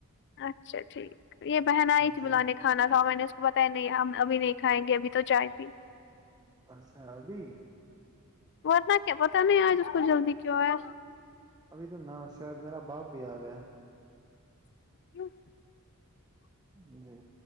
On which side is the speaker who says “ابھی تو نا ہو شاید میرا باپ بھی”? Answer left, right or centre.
Right